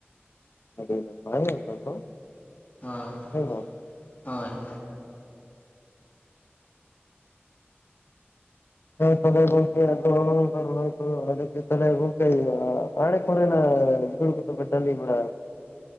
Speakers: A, on the left (about 65°); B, on the left (about 40°).
A: ᱟᱰᱤ ᱱᱟᱯᱟᱭ ᱚᱱᱟ ᱫᱚ᱾
B: ᱦᱳᱭ,
A: ᱦᱮᱸ ᱵᱟᱝ
B: ᱦᱳᱭ ᱦᱳᱭ᱾
A: ᱦᱳᱭ ᱛᱚᱵᱮ ᱜᱚᱝᱠᱮ, ᱟᱨᱦᱚᱸ ᱚᱱᱠᱟ ᱨᱚᱦᱚᱭ ᱠᱚᱫᱚ ᱟᱣᱨᱤ <unintelligible> ᱜᱚᱝᱠᱮ ᱟᱲᱮ ᱠᱚᱨᱮ ᱱᱟᱜ ᱡᱷᱩᱬ ᱠᱚᱫᱚ ᱯᱮ ᱴᱟᱺᱰᱤ ᱵᱟᱲᱟᱣ